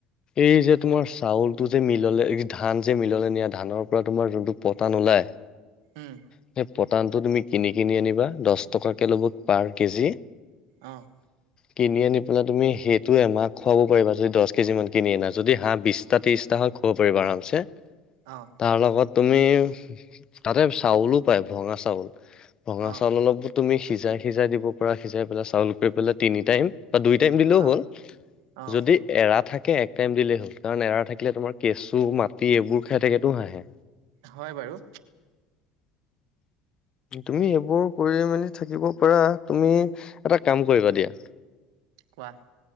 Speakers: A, on the left (about 40°); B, on the right (about 80°).
A: এই যে তোমাৰ চাউলটো যে মিললে ধান যে মিললে নিয়ে ধানৰপৰা তোমাৰ যোনটো পতা নোলায়?
B: উম
A: সেই পটানটো তুমি কিনি কিনি আনিবা, দহ টকাকে ল'ব পাৰ কেজি।
B: অ'।
A: কিনি আনি পেলাই তুমি সেইটো এমাহ খুৱাব পাৰিবা, যদি দহ কেজি মান কিনি আনা যদি হাঁহ বিছ টা ত্ৰিছটা হয় খুৱাব পাৰিবা আৰামছে।
B: অ'।
A: তাৰ লগত তুমি তাতে চাউলো পায়, ভঙা চাউল, ভঙা
B: অ
A: চাউল অলপ তুমি সিজাই সিজাই দিব পৰা, সিজাই পেলাই চাউল কৰি পেলাই তিনি টাইম বা দুই টাইম দিলেও
B: অ
A: হ'ল,
B: অ
A: যদি এৰা থাকে এক টাইম দিলেই হ'ল কাৰণ এৰা থাকিলে তোমাৰ কেঁচু, মাটি এইবোৰ খাই থাকেতো হাঁহে।
B: হয় বাৰু।
A: তুমি এইবোৰ কৰি মেলি থাকিব পাৰা, তুমি এটা কাম কৰিবা দিয়া
B: কোৱা?